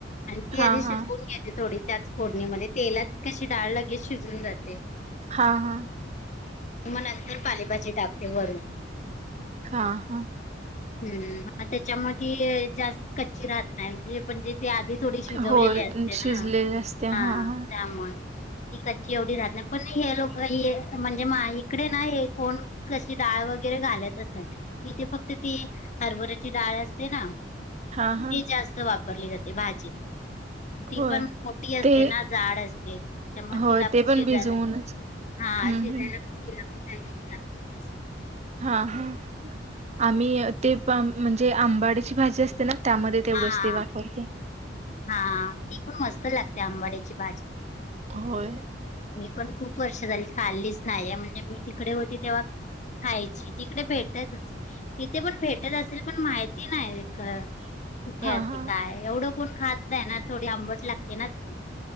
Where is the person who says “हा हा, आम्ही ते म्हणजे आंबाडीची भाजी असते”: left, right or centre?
Right